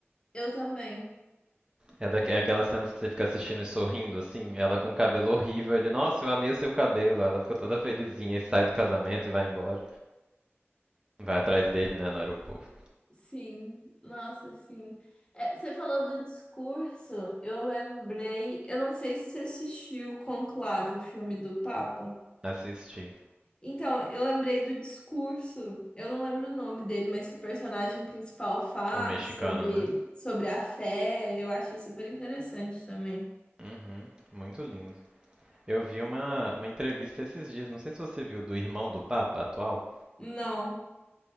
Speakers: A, on the left (about 20°); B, on the right (about 20°).
A: Eu também.
B: É, da, é aquelas cenas que você fica assistindo e sorrindo, assim, ela com o cabelo horrível, ele, nossa, eu amei o seu cabelo, ela fica toda felizinha e sai do casamento e vai embora. Vai atrás dele, né, no aeroporto.
A: Sim, nossa, sim. É, você falou do discurso, eu lembrei. Eu não sei se você assistiu Conclave, o filme do Papa.
B: Assisti.
A: Então, eu lembrei do discurso, eu não lembro o nome dele, mas que o personagem principal faz
B: O mexicano,
A: sobre,
B: né?
A: sobre a fé, eu achei super interessante também.
B: Uhum, muito lindo. Eu vi uma, uma entrevista esses dias, não sei se você viu, do irmão do Papa atual.
A: Não.